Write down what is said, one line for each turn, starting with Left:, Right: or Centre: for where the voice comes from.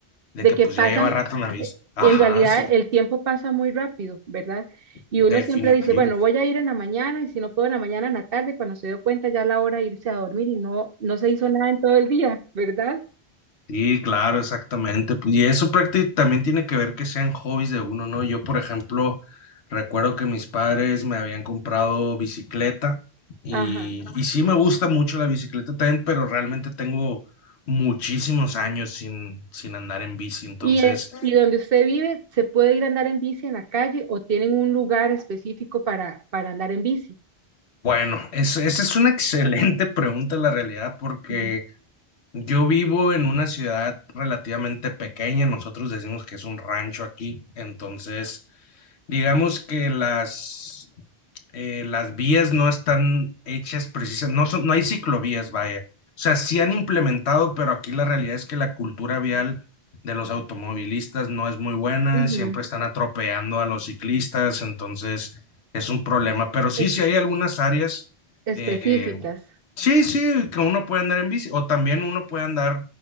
Left: De
Right: de
Left: que
Right: que
Left: pues
Right: pasan,
Left: ya lleva rato en la bici. Ajá,
Right: en realidad
Left: sí,
Right: el tiempo pasa muy rápido, ¿verdad? Y
Left: definitivo.
Right: uno siempre dice, bueno, voy a ir en la mañana y si no puedo en la mañana, en la tarde, cuando se dio cuenta ya la hora de irse a dormir y no, no se hizo nada en todo el día, ¿verdad?
Left: Sí, claro, exactamente. Pues, y eso prácticamente también tiene que ver que sean hobbies de uno, ¿no? Yo, por ejemplo, recuerdo que mis padres me habían comprado bicicleta y,
Right: Ajá.
Left: y sí me gusta mucho la bicicleta también, pero realmente tengo muchísimos años sin, sin andar en bici. Entonces,
Right: Y, en- y donde usted vive, ¿se puede ir a andar en bici en la calle o tienen un lugar específico para, para andar en bici?
Left: bueno, es- esa es una <laughs> excelente pregunta, la realidad, porque...
Right: Ujú.
Left: Yo vivo en una ciudad relativamente pequeña, nosotros decimos que es un rancho aquí, entonces digamos que las, eh, las vías no están hechas precisas, no son, no hay ciclovías, vaya. O sea, sí han implementado, pero aquí la realidad es que la cultura vial de los automovilistas no es muy buena,
Right: Ujú.
Left: siempre están atropellando a los ciclistas, entonces es un problema. Pero sí,
Right: Es-
Left: sí hay algunas áreas.
Right: específicas,
Left: eh, Sí, sí, que uno puede andar en bici o también uno puede andar